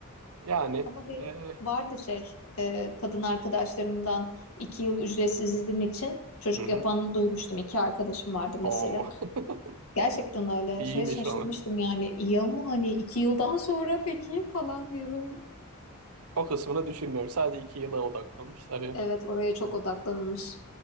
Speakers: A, on the right (about 80°); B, on the left (about 70°).
A: Yani
B: Ama benim
A: e,
B: vardı şey eee, kadın arkadaşlarımdan iki yıl ücretsiz izin için çocuk
A: hı hı.
B: yapanı duymuştum. İki arkadaşım vardı mesela.
A: Oo, <laughs>
B: Gerçekten öyle.
A: iyiymiş
B: Şey şaşırmıştım
A: ona.
B: yani. İyi ama hani iki yıldan sonra peki falan diye böyle.
A: O kısmını düşünmüyorum. Sadece iki yıla odaklanmışlar
B: Evet oraya çok odaklanılmış.